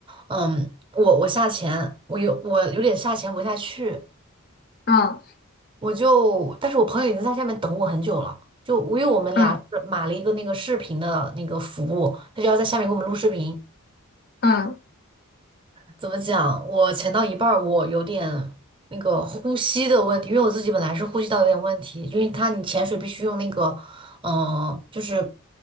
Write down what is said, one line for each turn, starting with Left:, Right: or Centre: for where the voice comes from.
Right: 嗯，我我下潜，我有我有点下潜不下去，
Left: 嗯
Right: 我就，但是我朋友已经在下面等我很久了。就因为我们俩是买了一个那个视频的那个服务，
Left: 嗯
Right: 他就要在下面给我们录视频。
Left: 嗯
Right: 怎么讲？我潜到一半儿，我有点那个呼吸的问题，因为我自己本来是呼吸道有点问题，因为它你潜水必须用那个，嗯、就是